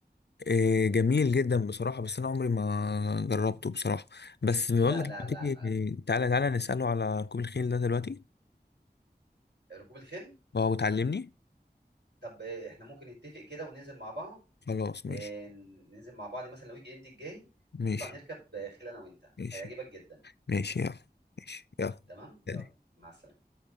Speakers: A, on the left (about 80°); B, on the right (about 85°).
A: إيه، جميل جدا بصراحه بس انا عمري ما جربته بصراحه بس بقول
B: لا
A: لك
B: لا
A: لما
B: لا
A: تيجي
B: لا
A: تعالى تعالى نساله على ركوب الخيل ده دلوقتي
B: ركوب الخيل
A: اه وتعلمني
B: طب إيه، احنا ممكن نتفق كده وننزل مع بعض
A: خلاص ماشي
B: إيه، ننزل مع بعض مثلا الويك اند الجاي
A: ماشي
B: نطلع نركب آه، خيل انا وانت
A: ماشي
B: هيعجبك جدا
A: ماشي يلا ماشي يلا
B: تمام يلا
A: سلام.
B: مع السلامة